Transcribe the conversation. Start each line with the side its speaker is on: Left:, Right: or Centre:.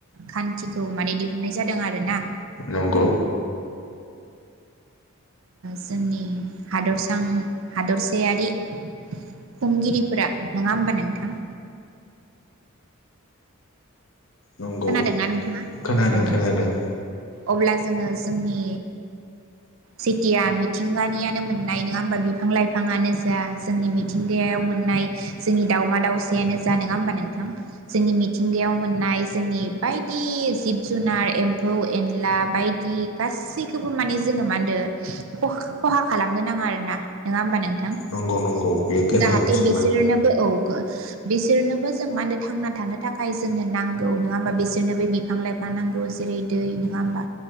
Right: खान्थिखौ माने दिुहुन दिहुननाय जादों आरो ना।
Left: नंगौ।
Right: जोंनि हादरसां हादरसायारि खुंगिरिफोरा नङा होमबा नोंथां।
Left: नंगौ
Right: खोनादोंना नोंथाङा
Left: खोनादों
Right: औ
Left: खोनादों।
Right: अब्ला जोङो जोंनि सिटिया मिथिंगानियानो मोननाय नङा होमबा बिफां लाइफाङानो जा जोंनि मिथिंगायाव मोननाय जोंनि दाावमा दावसायानो जा नङा होमबा नोंथां जोंनि मिथिंगायाव मोननाय जोंनि बायदि जिब जुनार एम्फौ एनला बायदि गासैखौबो माने जोङो मा होनदों खहा खालामनो नाङा आरोना नङा होमबा नों
Left: नंगौ नंगौ बेयो गोनांथिमोन
Right: जाहाथे बिसोरनोबो औ बो बिसोरनोबो जों मा होनो थांना थानो थाखाय जोंनो नां गौ नोङा होमबा बिसोरनो बिफां लाइफां नांगौ जेरै दै नोङा होमबा